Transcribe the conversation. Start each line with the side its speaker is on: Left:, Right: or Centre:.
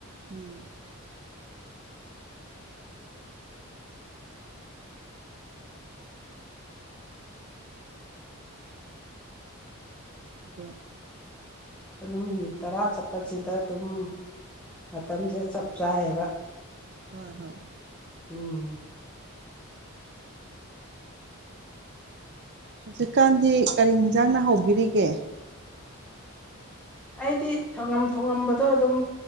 Right: ꯎꯝ ꯑꯗꯣ
Centre: ꯑꯗꯨꯅ ꯃꯤꯅꯤꯠ ꯇꯔꯥ ꯆꯠꯄꯁꯤꯗ ꯑꯗꯨꯝ ꯃꯇꯝꯁꯦ ꯆꯞ ꯆꯥꯌꯦꯕ
Right: ꯍꯣꯏ ꯍꯣꯏ
Centre: ꯎꯝ
Right: ꯍꯧꯖꯤꯛꯀꯥꯟꯗꯤ ꯀꯔꯤ ꯌꯦꯟꯁꯥꯡꯅ ꯍꯥꯎꯕꯤꯔꯤꯒꯦ
Centre: ꯑꯩꯗꯤ ꯊꯣꯉꯝ ꯊꯣꯉꯝꯕꯗꯣ ꯑꯗꯨꯝ